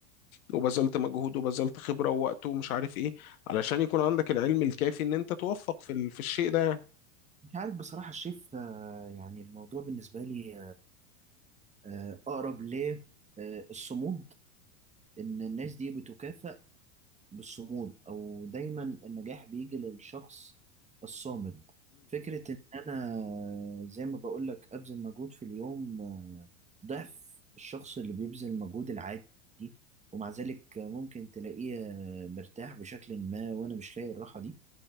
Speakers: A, on the left; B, on the right.
A: وبذلت مجهود وبذلت خبرة ووقت ومش عارف ايه علشان يكون عندك العلم الكافي ان انت توفق في ال- في الشيء ده يعني
B: مش عارف بصراحة الشيف آه، يعني الموضوع بالنسبة لي آه، أقرب للصمود إن الناس دي بتكافأ بالصمود أو دايما النجاح بيجي للشخص الصامد فكرة إن أنا آه، زي ما بقولك أبذل مجهود في اليوم آه، ضعف الشخص اللي بيبذل مجهود العادي ومع ذلك ممكن تلاقيه آه، مرتاح بشكل ما وأنا مش لاقي الراحة دي